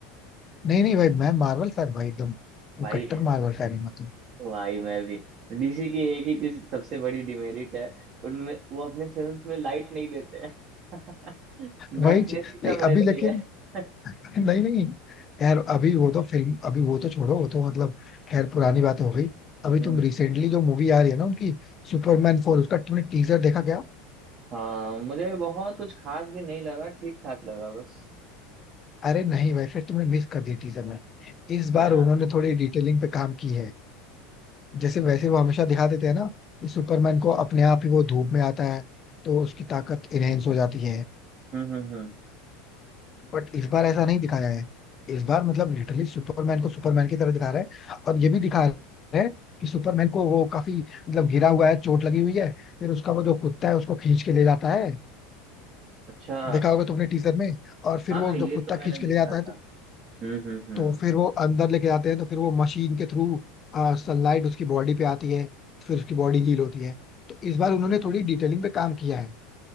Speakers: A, on the left; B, on the right.
A: नहीं नहीं भाई मैं मार्वल फैन भाई एकदम
B: भाई
A: वो कट्टर मार्वल फैन हूँ मतलब
B: भाई मैं भी डीसी की एक ही चीज सबसे बड़ी डिमेरिट है उनमें वो अपने फिल्म्स में लाइट नहीं देते हैं <laughs> ब्राइटनेस
A: भाई च-
B: ही
A: नहीं
B: कम रहती
A: अभी लेकिन
B: है <laughs>
A: <laughs> नहीं नहीं यार अभी वो तो फिल्म अभी वो तो छोड़ो वो तो मतलब खैर पुरानी बात हो गई अभी
B: हम्म
A: तुम रिसेंटली जो मूवी आ रही है ना उनकी सुपरमैन फोर उसका तुमने टीजर देखा क्या
B: हाँ मुझे बहुत कुछ खास भी नहीं लगा ठीक ठाक लगा बस
A: अरे नहीं भाई फिर तुमने मिस कर दी टीजर में इस
B: क्या
A: बार उन्होंने थोड़ी डिटेलिंग पे काम की है जैसे वैसे वो हमेशा दिखा देते हैं ना कि सुपरमैन को अपने आप ही वो धूप में आता है तो उसकी ताकत इनहेंस हो जाती है
B: हम्म हम्म हम्म
A: बट इस बार ऐसा नहीं दिखाया है इस बार मतलब लिटरली सुपरमैन को सुपरमैन की तरह दिखा रहा है और ये भी दिखा रहा है कि सुपरमैन को वो काफी मतलब घिरा हुआ है चोट लगी हुई है फिर उसका वो जो कुत्ता है उसको खींच के ले जाता है
B: अच्छा
A: देखा होगा तुमने टीजर में और फिर
B: हाँ
A: वो
B: ये
A: जो कुत्ता
B: तो मैंने
A: खींच के
B: देखा
A: ले जाता है
B: था हम्म हम्म हम्म
A: तो फिर वो अंदर लेके जाते हैं तो फिर वो मशीन के थ्रू सनलाइट उसकी बॉडी पे आती है फिर उसकी बॉडी हील होती है तो इस बार उन्होंने थोड़ी डिटेलिंग पे काम किया है